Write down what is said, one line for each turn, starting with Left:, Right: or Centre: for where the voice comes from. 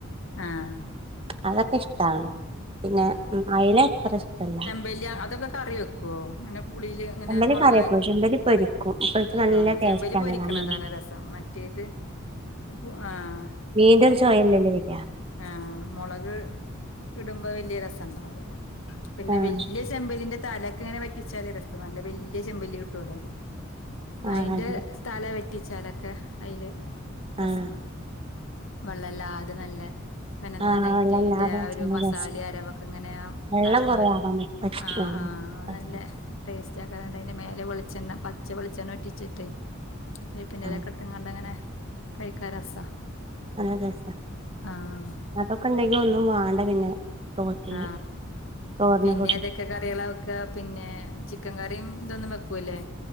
Left: ആഹ്
Right: അതൊക്കെ ഇഷ്ടാണ് പിന്നെ അയല അത്ര ഇഷ്ടല്ല
Left: വല്യ അതൊക്കെ കറി വെക്കൊ അങ്ങനെ പുളില് ഇങ്ങനെ
Right: ചെമ്പല്ലി
Left: മൊളകായി
Right: കറി വെക്കും ചെമ്പല്ലി പൊരിക്കും പൊരിച്ച നല്ല
Left: ആ
Right: ടേസ്റ്റ്
Left: ചെമ്പല്ലി
Right: ആണല്ലോ
Left: പൊരിക്ക്ണതാണ്
Right: ആ മീൻ
Left: രസം മറ്റേത് പു ആഹ്
Right: മീന്റന്നും ചോയല്ലല്ലേ വര
Left: ആ മൊളക് ഇടുമ്പോ വല്യ രസണ്ടാവൂല പിന്നെ
Right: ആഹ്
Left: വല്യ ചെമ്പല്ലിന്റെ താലൊക്കെ ഇങ്ങനെ വറ്റിച്ചാല് രസ നല്ല വല്ല്യ ചെമ്പല്ലി കിട്ടൊലൊ
Right: ആഹ്
Left: അയിന്റെ
Right: അതെ
Left: തല വെറ്റിച്ചാലൊക്കെ അഴില് രസാണ്
Right: ആഹ്
Left: വെള്ളല്ലാത നല്ല പെനെന്നനായിട്ട്
Right: ആഹ് വെള്ളല്ലാതെ
Left: അയിന്റെ ആ
Right: വെച്ചാണ്
Left: ഒരു മസാലി
Right: രസം
Left: അരവൊക്കെ ഇങ്ങനെ ആ
Right: വെള്ളം
Left: തലമ
Right: കൊറേ ആവാൻ പറ്റും
Left: ആ ആ അത്
Right: പറ്റും
Left: നല്ലേ ടേസ്റ്റ് ആകാരം ന്നട്ട് അയിന്റെ മേലെ വെളിച്ചെണ്ണ പച്ച വെളിച്ചെണ്ണ ഉറ്റിച്ചിട്ട് പിന്നെ
Right: ആഹ്
Left: ട്ട്ങ്ങാണ്ടങ്ങനെ കഴിക്കാ രസ
Right: നല്ല ടെസ്റ്റാ
Left: ആഹ്
Right: അതൊക്കെ ഇണ്ടെങ്കി ഒന്നും വാണ്ട പിന്നെ ചോറ്റിന്
Left: ആ
Right: ചോറിന്
Left: പിന്നെ
Right: കൂട്ടി
Left: ഏതെക്കെ കറികളാ വെക്ക പിന്നെ ചിക്കൻ കറിം ഇതൊന്നും വെക്കൂലെ